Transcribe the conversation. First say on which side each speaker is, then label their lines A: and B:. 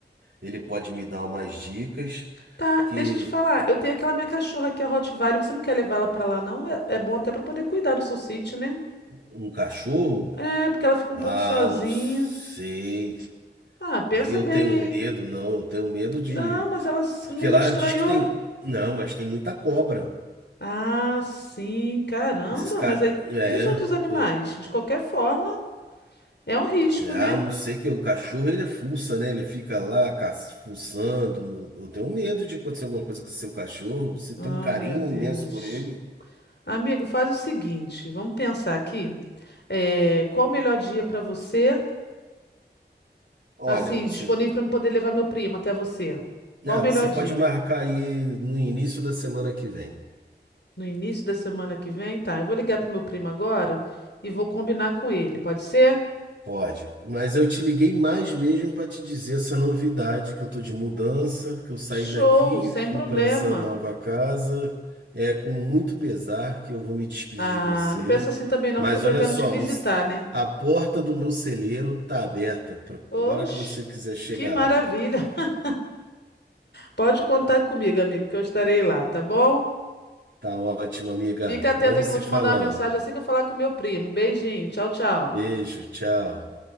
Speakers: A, on the right; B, on the left.
A: Ele pode me dar umas dicas
B: Tá,
A: que
B: deixa eu te falar. Eu tenho aquela minha cachorra que é Rottweiler. Você não quer levar ela pra lá, não? É, é bom até pra poder cuidar do seu sítio, né?
A: um cachorro,
B: É, porque ela fica um
A: ah,
B: pouco sozinha.
A: não sei.
B: Ah, pensa
A: E Eu
B: bem
A: tenho
B: aí.
A: medo, não, eu tenho medo de
B: Não, mas ela s-
A: porque
B: nunca
A: lá
B: te estranhou?
A: diz que tem, não, mas tem muita cobra.
B: Ah, sim, caramba.
A: Esse cara,
B: Mas aí.
A: é,
B: E os outros animais?
A: eu
B: De qualquer forma, é um risco,
A: Ah,
B: né?
A: não sei que o cachorro ele é fuça, né? Ele fica lá ca- fuçando. Eu tenho medo de acontecer alguma coisa com o seu cachorro. Você
B: Ai,
A: tem um carinho
B: meu Deus.
A: imenso por ele.
B: Amigo, faz o seguinte. Vamos pensar aqui. É, qual o melhor dia para você?
A: Olha,
B: Assim,
A: você
B: disponível para eu poder levar meu primo até você. Qual
A: Ah,
B: o melhor
A: você pode
B: dia?
A: marcar aí no início da semana que vem.
B: No início da semana que vem? Tá, eu vou ligar pro meu primo agora e vou combinar com ele, pode ser?
A: Pode. Mas eu te liguei mais mesmo para te dizer essa novidade que eu tô de mudança, que eu saí
B: Show,
A: daqui,
B: sem
A: fui
B: problema.
A: para essa nova casa. É com muito pesar que eu vou me despedir
B: Ah,
A: de você.
B: não pensa assim também não,
A: Mas
B: porque eu pretendo
A: olha só,
B: te visitar,
A: os-
B: né?
A: a porta do meu celeiro tá aberta para
B: Oxe,
A: a hora que você quiser chegar
B: que maravilha.
A: lá.
B: <laughs> Pode contar comigo, amigo, que eu estarei lá, tá bom?
A: Tá ótimo, amiga.
B: Fica atento
A: Vamos
B: aí que eu
A: se
B: vou te
A: falando.
B: mandar uma mensagem assim que eu falar com meu primo. Beijinho, tchau, tchau.
A: Beijo, tchau.